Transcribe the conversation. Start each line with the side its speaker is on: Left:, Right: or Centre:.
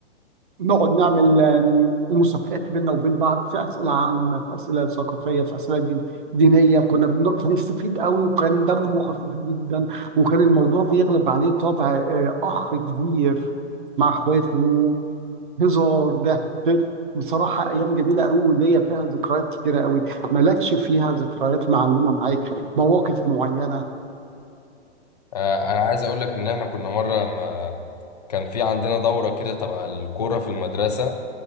Right: نقعد نعمل آه، مسابقات بيننا وبين بعض في اسئله عامه في اسئله ثقافيه في اسئله دين دينيه كنا بن- بنستفيد قوي وكان دمه خفيف جدا وكان الموضوع بيغلب عليه طابع آه، اخ كبير مع اخواته هزار ضحك بصراحه ايام جميله قوي وليا فيها ذكريات كتيره قوي مالكش فيها ذكريات معلمه معاك مواقف معينه
Left: آه، انا عايز اقول لك ان احنا كنا مرة ما كان في عندنا دورة كده تبع الكورة في المدرسة